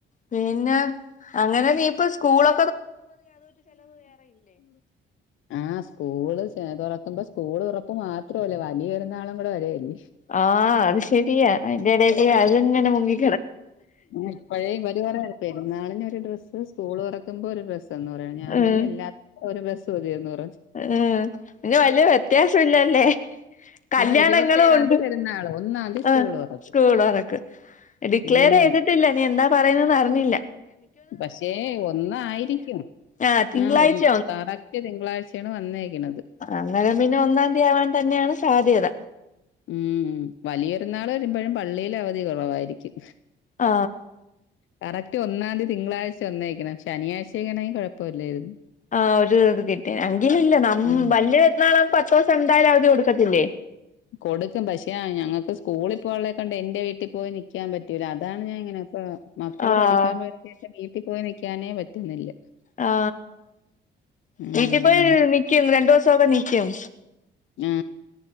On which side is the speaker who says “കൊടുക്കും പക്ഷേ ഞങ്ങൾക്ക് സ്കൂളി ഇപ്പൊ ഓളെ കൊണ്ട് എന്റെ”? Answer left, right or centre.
Left